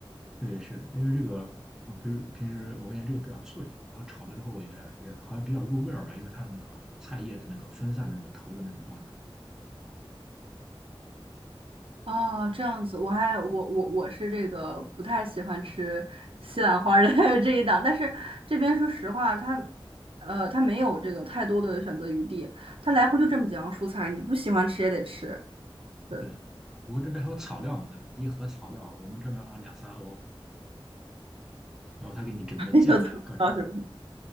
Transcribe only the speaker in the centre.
对，是的，因为这个，我比如平时我发现这个比较脆，然后炒了之后也也好像比较入味儿吧，因为它有那个菜叶的那个分散的那个头的那种状态。
对，啊不过这边还有草料嘛，对吧？一盒草料，我们这边好像两三欧，然后他给你整个酱呀，
各种，